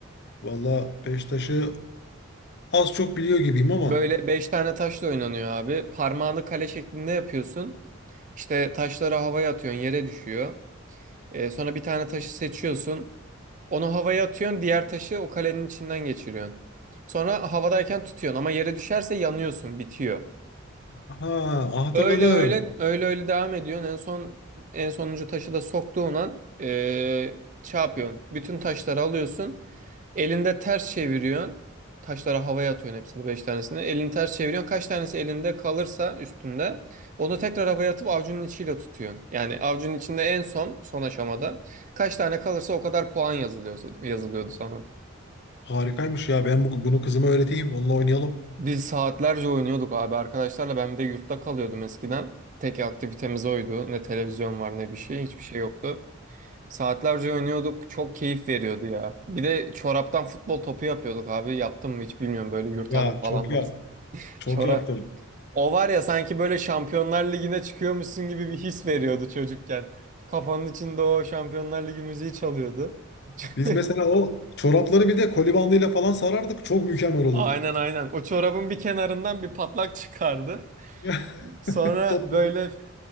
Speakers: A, on the left; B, on the right.
A: Valla beş taşı az çok biliyor gibiyim ama.
B: Böyle beş tane taşla oynanıyor abi. Parmağını kale şeklinde yapıyorsun. İşte taşları havaya atıyorsun, yere düşüyor. Ee, sonra bir tane taşı seçiyorsun. Onu havaya atıyorsun, diğer taşı o kalenin içinden geçiriyorsun. Sonra havadayken tutuyorsun ama yere düşerse yanıyorsun, bitiyor.
A: Ha, hatırladım.
B: Öyle öyle öyle öyle devam ediyorsun. En son en sonuncu taşı da soktuğun an eee şey yapıyorsun. Bütün taşları alıyorsun. Elinde ters çeviriyorsun. Taşları havaya atıyorsun hepsini beş tanesini. Elini ters çeviriyorsun. Kaç tanesi elinde kalırsa üstünde onu tekrar havaya atıp avcunun içiyle tutuyorsun. Yani avcunun içinde en son son aşamada kaç tane kalırsa o kadar puan yazılıyor, yazılıyordu sana.
A: Harikaymış ya. Ben bu- bunu kızıma öğreteyim. Onunla oynayalım.
B: Biz saatlerce oynuyorduk abi arkadaşlarla. Ben bir de yurtta kalıyordum eskiden. Tek aktivitemiz oydu. Ne televizyon var ne bir şey. Hiçbir şey yoktu. Saatlerce oynuyorduk. Çok keyif veriyordu ya. Bir de çoraptan futbol topu yapıyorduk abi. Yaptım mı hiç bilmiyorum. Böyle yurt
A: Ya
B: hanım falan
A: çok yap.
B: var.
A: Çok
B: Çorap.
A: yaptım.
B: O var ya sanki böyle Şampiyonlar Ligi'ne çıkıyormuşsun gibi bir his veriyordu çocukken. Kafanın içinde o Şampiyonlar Ligi müziği çalıyordu.
A: Biz
B: <laughs>
A: mesela o çorapları bir de koli bandıyla falan sarardık. Çok mükemmel olurdu.
B: Aynen aynen.
A: <laughs>
B: O çorabın bir kenarından bir patlak çıkardı.
A: Ya,
B: Sonra
A: Top.
B: böyle